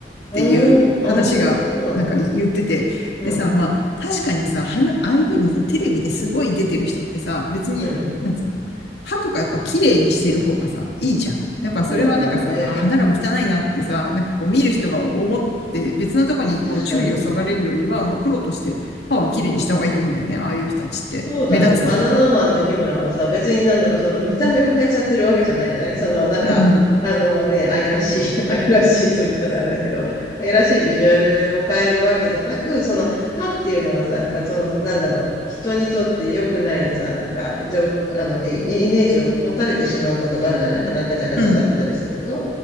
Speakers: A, on the left; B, on the left.
A: うん、
B: ていう話が、
A: ああ、そうなんだ。
B: なんか言ってて。
A: うん、
B: でさ、まあ、確かにさ、はな、ああいうふうにさ、テレビですごい出てる人ってさ、別に、
A: うん。
B: なんつうの、歯とかやっぱきれいにしてる方がさ、いいじゃん。やっぱそれはなんかさ、
A: そうだね。
B: あ、歯並び汚いなってさ、なんかこう見る人が思って、別なとこにこう注意をそがれるよりは、
A: 確かに。
B: まあ、プロとして歯はきれいにした方がいいと思うんだよね。ああいう人たちって。
A: そうだね。
B: 目立つなら。
A: バナナマンの日村はさ、別になんだろう、その見た目を変えちゃってるわけじゃないじゃないその、なんか、
B: うん、
A: あのね、愛らしい、<laughs> 愛らしいと言ったらあれだけど、愛らしいビジュアルを変えるわけじゃなく、その、歯っていうのはさ、やっぱその、なんだろう、人にとって良くないさ、なんか、情報、あの、イイメージを持たれてしまうことがあるじゃない歯がガチャガチャだったりすると。
B: うん、
A: っ